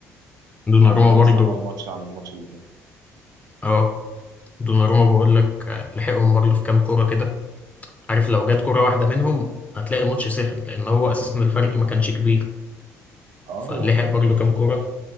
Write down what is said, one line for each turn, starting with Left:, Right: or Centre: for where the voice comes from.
Left: دوناروما
Right: يعني رايس
Left: برضو
Right: عمل ماتش عن الماتش اللي فات
Left: اه دوناروما بقول لك آه، لحقهم برضو في كام كوره كده عارف لو جت كوره واحده منهم هتلاقي الماتش سخن لان هو اساسا الفرق ما كانش كبير
Right: اه
Left: فلحق
Right: هو كان
Left: برضو كام كوره